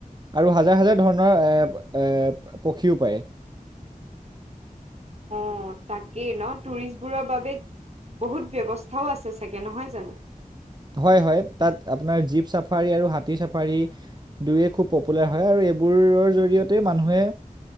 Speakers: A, on the right; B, on the right.
A: আৰু হাজাৰ হাজাৰ ধৰণৰ পক্ষীও পায়। <inaudible>
B: অ' তাকেই ন টুৰিষ্টবোৰৰ বাবে বহুত ব্যৱস্থাও আছে চাগে নহয় জানো?
A: হয় হয় তাত আপোনাৰ জীপ চাফাৰী, আৰু হাতী চাফাৰী দুয়ো খুব পপুলাৰ হয়। এইবোৰৰ জৰিয়তে মানুহে